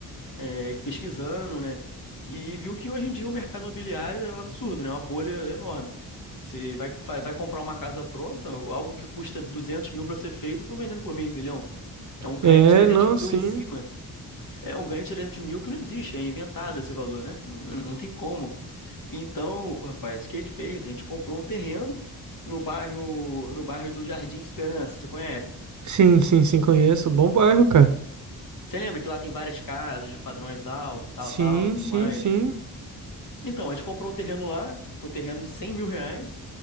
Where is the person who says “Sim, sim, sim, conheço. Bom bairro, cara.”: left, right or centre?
Right